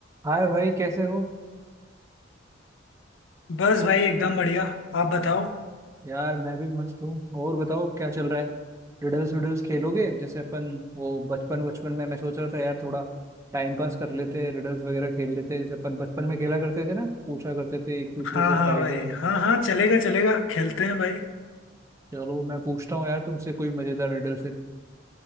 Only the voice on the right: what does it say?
हाय भाई कैसे हो
यार मैं भी मस्त हूँ और बताओ क्या चल रहा है रिडल्स विडल्स खेलोगे जैसे अपन वो बचपन बचपन में मैं सोच रहा था यार थोड़ा टाइम पास कर लेते हैं रिडल्स वगैरह खेल लेते हैं जैसे अपन बचपन में खेला करते थे ना पूछा करते थे एक दूसरे
से
पहेलियाँ
वगैरह
चलो मैं पूछता हूँ यार तुमसे कोई मजेदार रिडल फिर